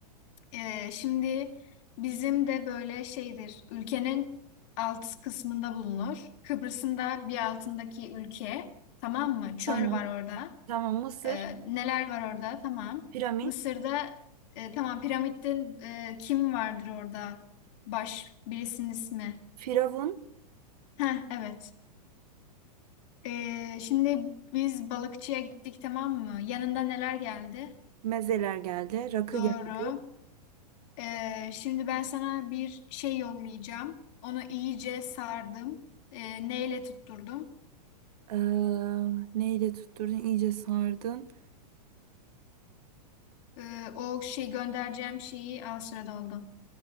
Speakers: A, on the left; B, on the right.
A: Ee, şimdi bizim de böyle şeydir. Ülkenin alt kısmında bulunur. Kıbrıs'ın da bir altındaki ülke. Tamam mı? Çöl
B: Tamam.
A: var orada.
B: Tamam Mısır,
A: Ee, neler var orada? Tamam.
B: piramit,
A: Mısır'da e, tamam piramitte e, kim vardır orada? Baş birisinin ismi.
B: firavun,
A: Heh, evet. Ee, şimdi biz balıkçıya gittik tamam mı? Yanında neler geldi?
B: mezeler geldi, rakı
A: Doğru.
B: geldi.
A: Ee, şimdi ben sana bir şey yollayacağım. Onu iyice sardım. Ee, neyle tutturdum?
B: Ee, neyle tutturdun? iyice sardın.
A: Ee, o şey göndereceğim şeyi Aa, sürede doldu.